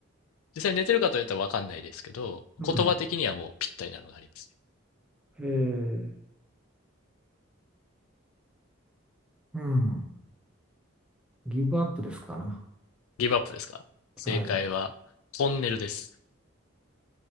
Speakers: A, on the left (about 80°); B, in the centre.
A: 実際寝てるかと言ったらわかんないですけど、
B: うん。
A: 言葉的にはもうぴったりなのがありますね。
B: えー、うん。ギブアップですかな。
A: ギブアップですか正解は、
B: はい。
A: トンネルです。